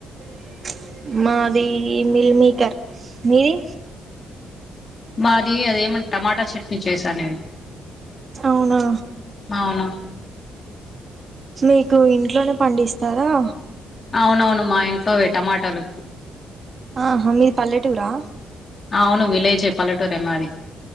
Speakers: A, on the right (about 40°); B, on the left (about 35°).
A: <inaudible> మాది మిల్మికర్. మీది?
B: మాది అదేమంట టమాటా చట్నీ చేసా నేను.
A: అవునా.
B: అవును
A: మీకు ఇంట్లోనే పండిస్తారా?
B: అవునవును మా ఇంట్లోవె టమాటలు.
A: ఆహా మీది పల్లెటూరా
B: అవును విలేజె పల్లెటూరెమాది.